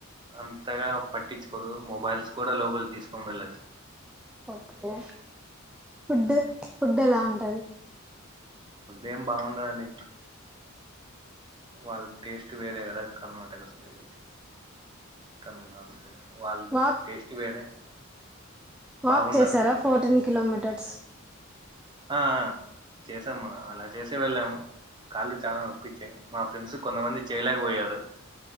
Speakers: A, on the right; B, in the centre.
A: అంతగా పట్టించుకోరు మొబైల్స్ కూడా లోపలికి తీసుకొని వెళ్ళచ్చు
B: ఓకే ఫుడ్ ఫుడ్ ఎలా ఉంటది
A: ఫుడ్ ఏం బాగుండదండి వాళ్ళ టేస్ట్ వేరే కదా కర్ణాటక లా తమిళనాడు సైడ్ వాళ్ళ
B: వాక్
A: టేస్ట్ వేరే
B: వాక్
A: బాగుండదు
B: చేసారా
A: ఫుడ్
B: ఫోర్టీన్ కిలోమీటర్
A: ఆ ఆ చేసాము అలా చేసే వెళ్ళాము కాళ్ళు చాలా నొప్పి వచ్చాయ్ మా ఫ్రెండ్స్ కొంతమంది చేయలేకపోయారు